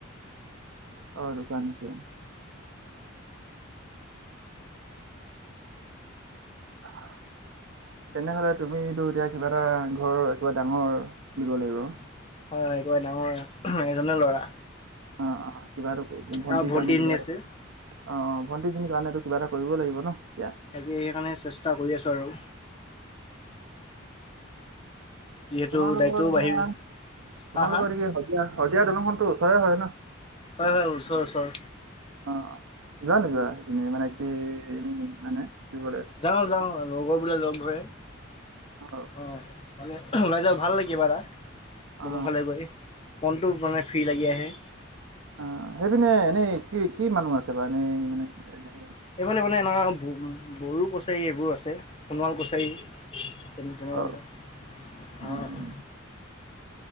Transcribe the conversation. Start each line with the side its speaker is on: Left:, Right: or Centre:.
Right: অ দোকান দিছে। <inaudible> তেনেহলে তুমিতো এতিয়া কিবা এটা ঘৰৰ একেবাৰে ডাঙৰ বুলি ক'ব লাগিব?
Left: হয় হয় একেবাৰে ডাঙৰ, এজনে ল'ৰা।
Right: অঁ অঁ কিবাটো ভণ্টিৰ
Left: আৰু ভণ্টি
Right: কাৰণে
Left: এজনী
Right: কিবা এটা
Left: আছে।
Right: অ ভণ্টি জনীৰ কাৰণেটো কিবা এটা কৰিব লাগিব ন? এতিয়া
Left: তাকে সেইকাৰণে চেষ্টা কৰি আছো আৰু। যিহেতু
Right: তোমালোকৰ
Left: দায়িত্বও
Right: এতিয়া
Left: বাঢ়িল
Right: তোমালোকৰ
Left: হা হা
Right: দিগি শদিয়া দলংখনটো ওচৰে হয় ন?
Left: হয় হয় ওচৰ ওচৰ।
Right: অ অ' যোৱা নোযোৱা সেইপিনে মানে কি এনে মানে? ফুৰিবলে
Left: যাওঁ যাওঁ লগৰ বিলাকে লগ ধৰে।
Right: অ
Left: অঁ মানে ওলাই যাওঁ, ভাল লাগে কিবা এটা,
Right: অ
Left: দলং ফালে গৈ মনটো মানে ফ্ৰী লাগি আহে।
Right: আঁ সেইপিনে এনেই কি কি মানুহ আছে বাৰু এনেই মানে এনে?
Left: এইফালে মানে এনেকুৱা বড়ো কছাৰী এইবোৰ আছে। সোণোৱাল কছাৰী তেনে তেনেকুৱা
Right: অ
Left: বিলাক।
Right: উম,
Left: অঁ।